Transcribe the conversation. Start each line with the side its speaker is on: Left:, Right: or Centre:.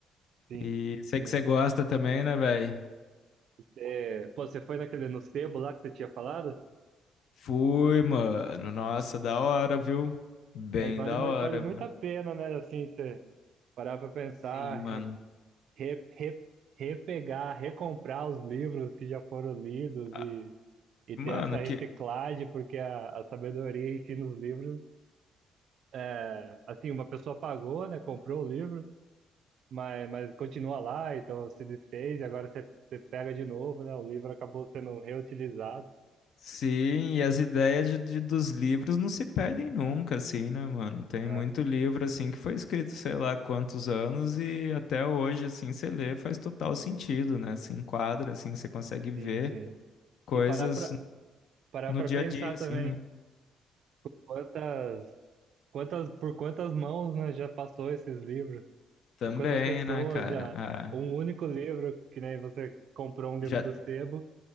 Right: Sim,
Left: E sei
Right: sim.
Left: que você gosta também, né, velho?
Right: É, pô, você foi naquele no sebo lá que você tinha falado?
Left: Fui, mano. Nossa, da hora, viu? Bem
Right: Aí vale
Left: da
Right: muito,
Left: hora,
Right: vale muito
Left: viu?
Right: a pena, né? Assim, você parar pra pensar,
Left: Sim,
Right: re,
Left: mano.
Right: re, re- repegar, recomprar os livros que já foram lidos
Left: Ah,
Right: e, e
Left: Mano,
Right: ter essa reciclagem,
Left: que.
Right: porque a, a sabedoria em si nos livros, é, assim, uma pessoa pagou, né? Comprou o livro mas, mas continua lá, então se desfez e agora você, você pega de novo, né? O livro acabou sendo reutilizado.
Left: Sim, e as ideias de, de- dos livros não se perdem nunca, assim, né, mano? Tem
Right: Ah,
Left: muito livro, assim, que foi escrito, sei lá, quantos anos e até hoje, assim, você lê, faz total sentido, né? Se enquadra, assim, você consegue ver
Right: sim, sim.
Left: coisas
Right: E parar para parar
Left: no
Right: para
Left: dia
Right: pensar
Left: a dia, assim,
Right: também
Left: né?
Right: quantas, quantas, por quantas mãos, né, já passou esses livros,
Left: Também,
Right: por quantas pessoas
Left: né, cara?
Right: já,
Left: Ah,
Right: um único livro, que nem você comprou um livro
Left: já,
Right: do sebo,